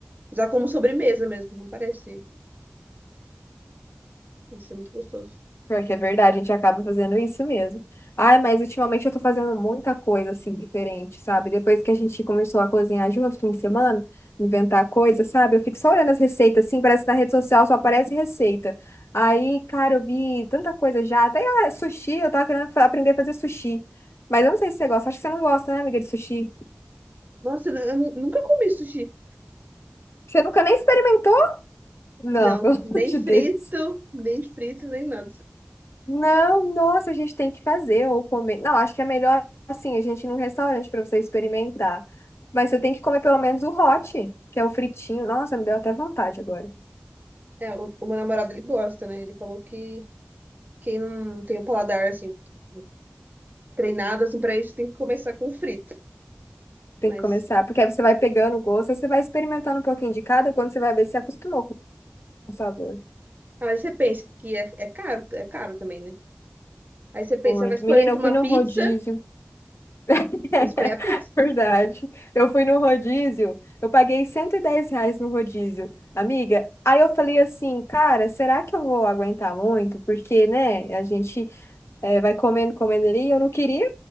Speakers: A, on the right; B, on the left.
A: usar como sobremesa mesmo, não parece? isso é muito gostoso.
B: Pior que é verdade, a gente acaba fazendo isso mesmo. Ai, mas ultimamente eu tô fazendo muita coisa assim diferente, sabe? Depois que a gente começou a cozinhar junto no fim de semana, inventar coisa, sabe? Eu fico só olhando as receitas assim, parece que na rede social só aparece receita. Aí, cara, eu vi tanta coisa já, até ah, sushi, eu tava querendo fa- aprender a fazer sushi. Mas eu não sei se você gosta, acho que você não gosta, né, amiga, de sushi?
A: Nossa, eu, eu nu- nunca comi sushi.
B: Você nunca nem experimentou? Não,
A: Não,
B: <laughs> pelo amor
A: nem
B: de
A: frito,
B: Deus.
A: nem frito, nem nada.
B: Não, nossa, a gente tem que fazer ou comer. Não, acho que é melhor assim, a gente ir num restaurante para você experimentar. Mas você tem que comer pelo menos o hot, que é o fritinho. Nossa, me deu até vontade agora.
A: É, o, o meu namorado, ele gosta, né? Ele falou que quem não tem o paladar, assim, tipo, treinado, assim, pra isso tem que começar com frito. Mas,
B: Tem que começar, porque aí você vai pegando o gosto, aí você vai experimentando um pouquinho de cada, quando você vai ver se se acostumou com o sabor.
A: ah, mas você pensa que é, é caro, é caro também, né? Aí você pensa,
B: Muito.
A: vai escolher
B: Menina,
A: entre
B: eu
A: uma
B: fui no
A: pizza,
B: rodízio. <laughs>
A: vai escolher a pizza.
B: Verdade. Eu fui no rodízio, eu paguei 110 reais no rodízio. Amiga, aí eu falei assim, cara, será que eu vou aguentar muito? Porque, né, a gente É, vai comendo, comendo ali. Eu não queria